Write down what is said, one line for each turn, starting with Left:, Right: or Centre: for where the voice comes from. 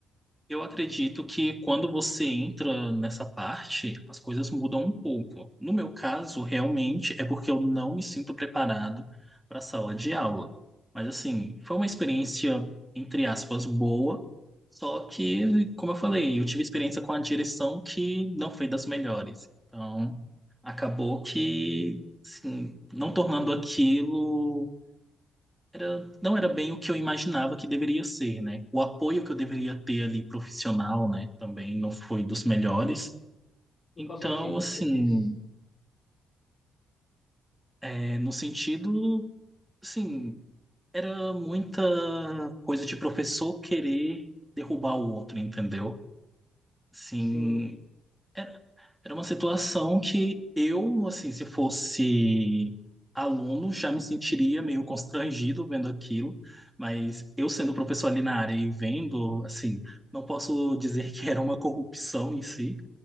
Centre: Eu acredito que quando você entra nessa parte, as coisas mudam um pouco. No meu caso, realmente é porque eu não me sinto preparado para a sala de aula. Mas assim, foi uma experiência, entre aspas, boa. Só que, como eu falei, eu tive experiência com a direção que não foi das melhores. Então, acabou que, assim, não tornando aquilo era, não era bem o que eu imaginava que deveria ser, né? O apoio que eu deveria ter ali profissional, né? Também não foi dos melhores.
Left: Em
Centre: Então,
Left: qual sentido
Centre: assim,
Left: você diz?
Centre: é, no sentido, assim, era muita coisa de professor querer derrubar o outro, entendeu? Assim,
Left: Sim,
Centre: Era, era uma situação que eu, assim, se fosse aluno, já me sentiria meio constrangido vendo aquilo, mas eu sendo professor ali na área e vendo, assim, não posso dizer que era uma corrupção em si,